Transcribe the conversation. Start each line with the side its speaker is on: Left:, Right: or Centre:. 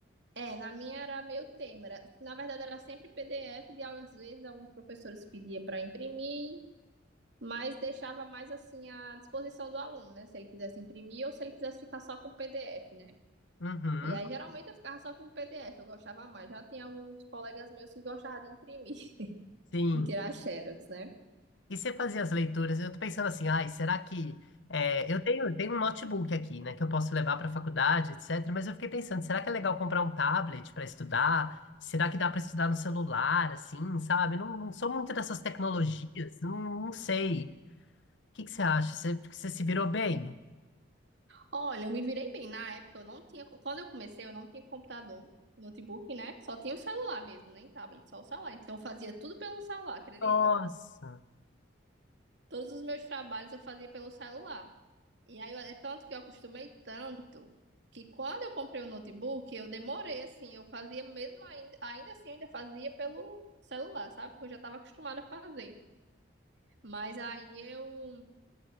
Right: É, na minha era meio termo. Era, na verdade, era sempre PDF e às vezes alguns professores pediam para imprimir, mas deixava mais assim à disposição do aluno, né? Se ele quisesse imprimir ou se ele quisesse ficar só com o PDF, né?
Left: Uhum,
Right: E aí geralmente eu ficava só com o PDF, eu gostava mais. Já tem alguns colegas meus que gostavam de imprimir, <laughs>
Left: sim.
Right: de tirar xerox, né?
Left: E você fazia as leituras? Eu tô pensando assim, ai, será que. é, eu tenho, tenho um notebook aqui, né, que eu posso levar para a faculdade, etc. Mas eu fiquei pensando, será que é legal comprar um tablet para estudar? Será que dá para estudar no celular, assim, sabe? Não, não sou muito dessas tecnologias, não, não sei. O que que você acha? Você, você se virou bem?
Right: Olha, eu me virei bem. Na época eu não tinha, quando eu comecei, eu não tinha computador. Notebook, né? Só tinha o celular mesmo, nem tablet, só o celular. Então eu fazia tudo pelo celular, acredita?
Left: Nossa!
Right: Todos os meus trabalhos eu fazia pelo celular. E aí, eu- é tanto que eu acostumei tanto que quando eu comprei o notebook, eu demorei, assim, eu fazia mesmo ainda, ainda assim, eu ainda fazia pelo celular, sabe? Porque eu já estava acostumada a fazer. Mas aí eu